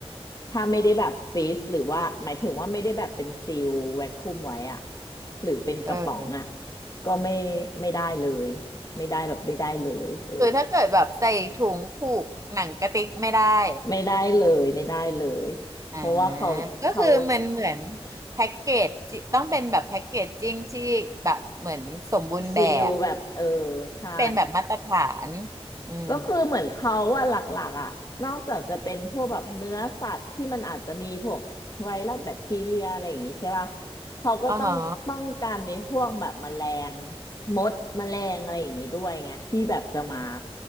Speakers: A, on the left; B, on the right.
A: ถ้าไม่ได้แบบฟรีซหรือว่าหมายถึงว่าไม่ได้แบบเป็นซีลแวคคุมไว้อะหรือเป็นกระป๋องอะ
B: เออ
A: ก็ไม่ไม่ได้เลยไม่ได้แบบไม่ได้เลยเออ
B: คือถ้าเกิดแบบใส่ถุงผูกหนังกระติกไม่ได้
A: ไม่ได้เลยไม่ได้เลยเพราะว่าเขาเขา
B: อ่าก็คือมันเหมือนแพ็กเกจจิต้องเป็นแบบแพ็กเกจจิ้งที่แบบเหมือนสมบูรณ์แบบ
A: ซีลแบบเออใช่
B: เป็นแบบมาตรฐานอืม
A: ก็คือเหมือนเขาว่าหลักๆอ่ะนอกจากจะเป็นพวกแบบเนื้อสัตว์ที่มันอาจจะมีพวกไวรัสแบคทีเรียอะไรอย่างงี้ใช่ป่ะเขาก็ต้องป้องกันในพวกแบบแมลง
B: อ๋อฮะ
A: มดแมลงอะไรอย่างงี้ด้วยไงที่แบบจะมา